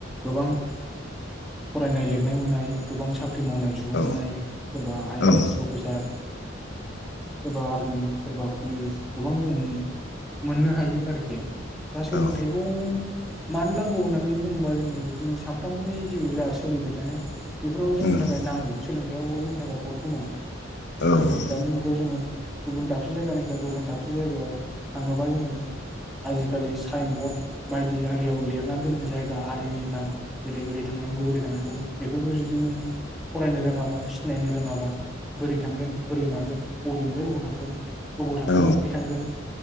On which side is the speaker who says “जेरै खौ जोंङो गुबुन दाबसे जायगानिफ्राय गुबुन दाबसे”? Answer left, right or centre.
Centre